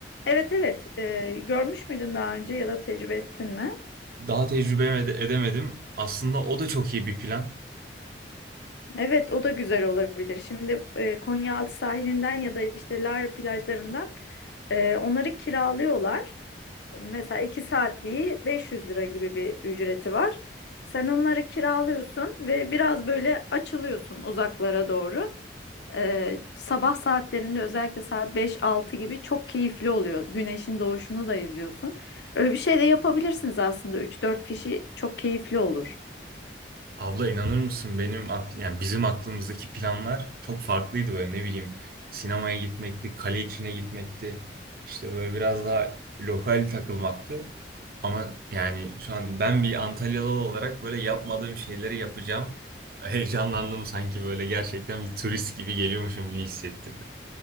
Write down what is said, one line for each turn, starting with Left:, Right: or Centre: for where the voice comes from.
Left: Evet evet. E, görmüş müydün daha önce ya da tecrübe ettin mi?
Right: Daha tecrübe ede- edemedim. Aslında o da çok iyi bir plan.
Left: Evet o da güzel olabilir. Şimdi e, Konyaaltı sahilinden ya da işte Lara plajlarından e, onları kiralıyorlar. Mesela 2 saatliği 500 lira gibi bir ücreti var. Sen onları kiralıyorsun ve biraz böyle açılıyorsun uzaklara doğru. Ee, sabah saatlerinde özellikle saat 5-6 gibi çok keyifli oluyor. Güneşin doğuşunu da izliyorsun. Öyle bir şey de yapabilirsiniz aslında. üç dört kişi çok keyifli olur.
Right: Abla inanır mısın benim akl- yani bizim aklımızdaki planlar çok farklıydı böyle ne bileyim sinemaya gitmekti, kale içine gitmekti. işte böyle biraz daha lokal takılmaktı. Ama yani şu an ben bir Antalyalı olarak böyle yapmadığım şeyleri yapacağım. <laughs> Heyecanlandım sanki böyle gerçekten bir turist gibi geliyormuşum gibi hissettirdi.